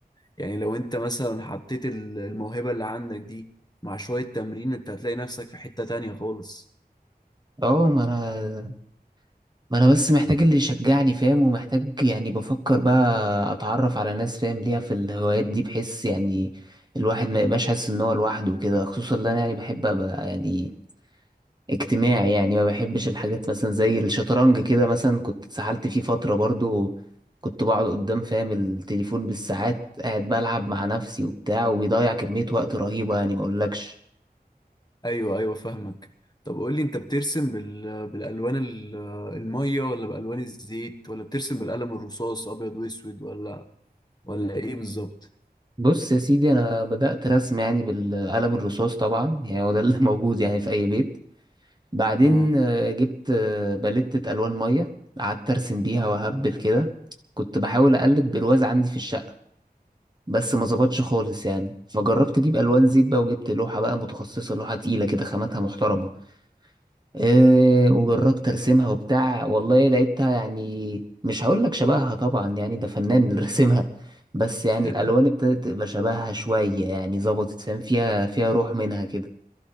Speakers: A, on the left; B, on the right.
A: يعني لو انت مثلا حطيت ال- الموهبة اللي عندك دي مع شوية تمرين انت هتلاقي نفسك في حتة تانية خالص
B: اه ما انا ما انا بس محتاج اللي يشجعني فاهم ومحتاج يعني بفكر بقى اتعرف على ناس فاهم ليها في الهوايات دي بحس يعني الواحد ما يبقاش حاسس ان هو لوحده وكده خصوصا ان انا يعني بحب ابقى يعني اجتماعي يعني ما بحبش الحاجات مثلا زي الشطرنج كده مثلا كنت اتسحلت فيه فترة برضو كنت بقعد قدام فاهم التليفون بالساعات قاعد بلعب مع نفسي وبتاع وبيضيع كمية وقت رهيبة يعني ما اقولكش
A: ايوه ايوه فاهمك طب قولي انت بترسم بال... بالالوان ال- المية ولا بالوان الزيت ولا بترسم بالقلم الرصاص ابيض واسود ولا ولا ايه بالظبط
B: بص يا سيدي انا بدأت رسم يعني بالقلم الرصاص طبعا يعني هو ده اللي <laughs> موجود يعني في اي بيت بعدين
A: اه
B: آه، جبت آه، باليتة الوان مية قعدت ارسم بيها واهبل كده كنت بحاول اقلد برواز عندي في الشقة بس ما ظبطش خالص يعني فجربت اجيب الوان زيت بقى وجبت لوحه بقى متخصصه لوحه تقيله كده خاماتها محترمه إيه وجربت ارسمها وبتاع والله لقيتها يعني مش هقول لك شبهها طبعا يعني ده فنان اللي <laughs> رسمها بس يعني
A: <laughs>
B: الالوان ابتدت تبقى شبهها شويه يعني ظبطت فاهم فيها فيها روح منها كده